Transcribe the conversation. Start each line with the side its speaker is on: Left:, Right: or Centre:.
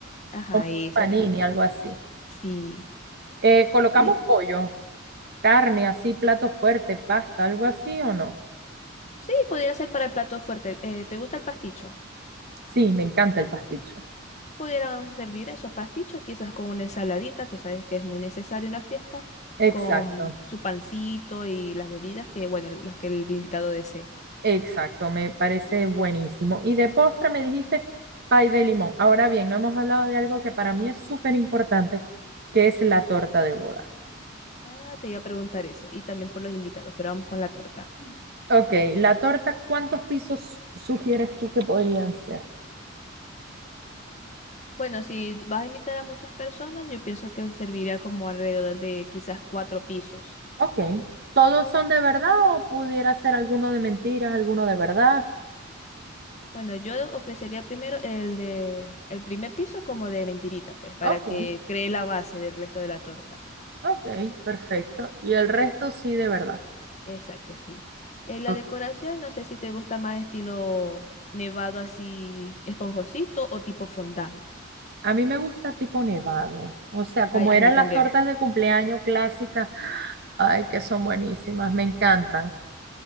Left: Ajá,
Right: un
Left: ese
Right: panini,
Left: mismo.
Right: algo así.
Left: Sí.
Right: Eh, colocamos
Left: Eh,
Right: pollo, carne, así, plato fuerte, pasta, algo así o no.
Left: sí, pudiera ser para el plato fuerte. Eh, ¿te gusta el pasticho?
Right: Sí, me encanta el pasticho.
Left: Pudieran servir esos pastichos, quizás con una ensaladita, tú sabes que es muy necesario en las fiestas,
Right: Exacto,
Left: con su pancito y las bebidas que, bueno, las que el invitado desee.
Right: exacto, me parece buenísimo. Y de postre me dijiste pay de limón. Ahora bien, no hemos hablado de algo que para mí es súper importante, que es la torta de boda.
Left: Ah, te iba a preguntar eso, y también por los invitados, pero vamos con la torta.
Right: Ok, la torta, ¿cuántos pisos sugieres tú que podrían ser?
Left: Bueno, si vas a invitar a muchas personas, yo pienso que serviría como alrededor de quizás cuatro pisos.
Right: Ok, ¿todos son de verdad o pudiera ser alguno de mentiras, alguno de verdad?
Left: Bueno, yo ofrecería primero el de el primer piso como de mentirita, pues, para
Right: Ok,
Left: que cree la base del resto de la torta.
Right: Ok, perfecto. Y el resto sí, de verdad.
Left: Exacto, sí. Eh, la
Right: Ok.
Left: decoración, no sé si te gusta más estilo nevado así esponjosito o tipo fondant.
Right: A mí me gusta tipo nevado. O sea, como
Left: Ay,
Right: eran
Left: a mí también.
Right: las tortas de cumpleaños clásicas. Ay, que son buenísimas, me encantan.